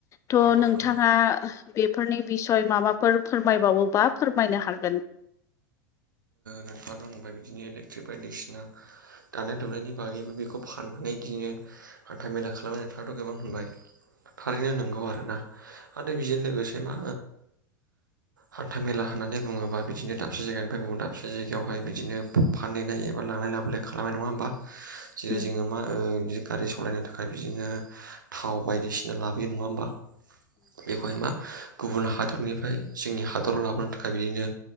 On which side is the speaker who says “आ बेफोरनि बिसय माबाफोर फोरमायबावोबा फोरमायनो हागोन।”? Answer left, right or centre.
Left